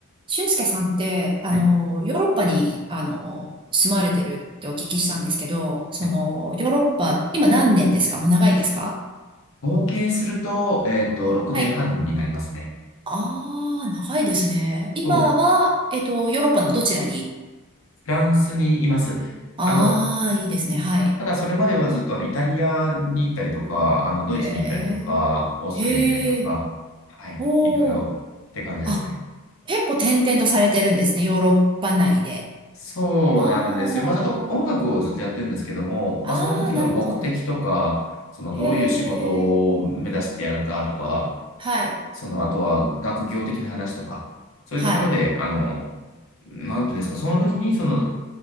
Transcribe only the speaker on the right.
俊介さんって、あの、
ヨーロッパに、あの、住まれてるってお聞きしたんですけど、その、
ヨーロッパ、今何年ですかもう長いですか
はい。ああー、長いですね。
今は、えっと、ヨーロッパのどちらに
ああー、
いいですね。はい。
へえ、
へえ、
おお、
あ、結構転々とされてるんですね。ヨーロッパ内で。
ああ、
ああ、
なるほど。
へえ、はい、
はい、